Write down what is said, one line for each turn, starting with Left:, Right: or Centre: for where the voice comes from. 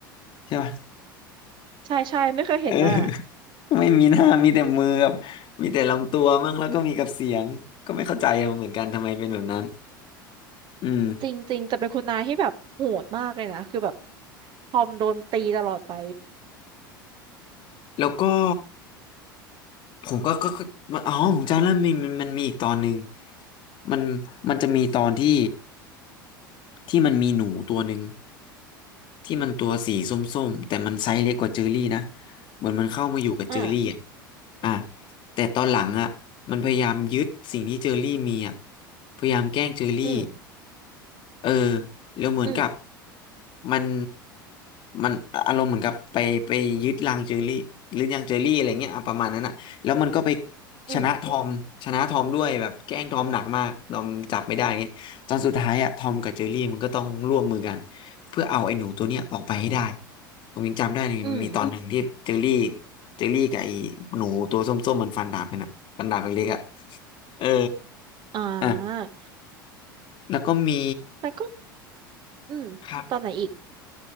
Left: ใช่ป่ะ
Right: ใช่ใช่ไม่เคยเห็นหน้า
Left: เออ <laughs> ไม่มีหน้ามีแต่มือกับมีแต่ลำตัวมั่งแล้วก็มีกับเสียงก็ไม่เข้าใจอะเหมือนกันทำไมเป็นแบบนั้นอืม
Right: จริงๆจะเป็นคุณนายที่แบบโหดมากเลยนะคือแบบทอมโดนตีตลอดไป
Left: แล้วก็ผมก็ก็ก็อ๋อผมจำแล้วมีมันมันมีอีกตอนหนึ่งมันมันจะมีตอนที่ ที่มันมีหนูตัวหนึ่งที่มันตัวสีส้มๆแต่มันไซส์เล็กกว่าเจอรี่นะเหมือนมันเข้ามาอยู่กับเจอรี่อ่ะ
Right: อ่า
Left: อ่ะแต่ตอนหลังอ่ะมันพยายามยึดสิ่งที่เจอรี่มีอ่ะพยายามแกล้งเจอรี่
Right: อืม
Left: เออแล้วเหมือนกับ
Right: อืม
Left: มันมันอารมณ์เหมือนกับไปไปยึดรังเจอรี่หรือยังเจอรี่อะไรเงี้ยอ่ะประมาณนั้นอ่ะแล้วมันก็ไป
Right: อืม
Left: ชนะทอมชนะทอมด้วยแบบแกล้งทอมหนักมากทอมจับไม่ได้เงี้ย ตอนสุดท้ายอะทอมกับเจอรี่มันก็ต้องร่วมมือกันเพื่อเอาไอ้หนูตัวเนี้ยออกไปให้ได้ผมยังจำได้เลยมีตอนหนึ่งที่เจอรี่
Right: อืม
Left: เจอรี่กับไอ้หนูตัวส้มๆมันฟันดาบกันอะฟันดาบเล็กๆอะเออ
Right: อ่า
Left: อ่ะแล้วก็มี
Right: แล้วก็อืมตอนไหนอีก
Left: ครับ